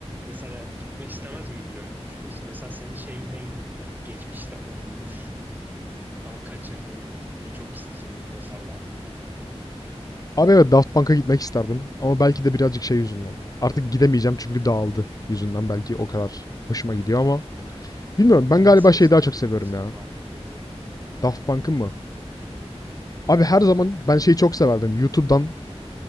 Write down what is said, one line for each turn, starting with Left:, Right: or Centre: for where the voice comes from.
Right: Mesela gitmek istemez miydin öyle bir şey olsa? Mesela senin şeyin ne? Geçmişte olmuş ama kaçırdığın ama gitmeyi çok isteyeceğin bir konser var mı?
Left: Abi evet Daft Punk'a gitmek isterdim ama belki de birazcık şey yüzünden. Artık gidemeyeceğim çünkü dağıldı yüzünden belki o kadar hoşuma gidiyor ama bilmiyorum ben
Right: Onun
Left: galiba
Right: spesifik
Left: şeyi daha çok
Right: bir
Left: seviyorum
Right: konseri
Left: ya.
Right: var mı peki?
Left: Daft Punk'ın mı? Abi her zaman ben şeyi çok severdim. YouTube'dan